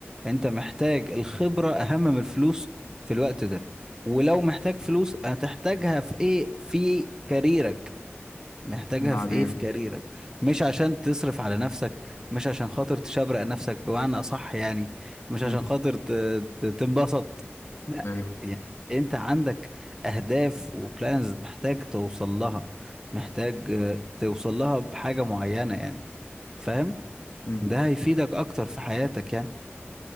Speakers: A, on the right (about 15°); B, on the left (about 70°).
A: أنت محتاج الخبرة أهم من الفلوس في الوقت ده ولو محتاج فلوس هتحتاجها في إيه في كاريرك محتاجها
B: بعدين
A: في ايه في كاريرك مش عشان تصرف على نفسك مش عشان خاطر تشبرق نفسك بمعنى اصح يعني مش
B: مم.
A: عشان خاطر ت- ت- تنبسط لا
B: ايوه
A: يعني انت عندك اهداف وبلانز محتاج توصل لها محتاج آه، توصل لها بحاجة معينة يعني فاهم
B: مم.
A: ده هيفيدك اكتر في حياتك يعني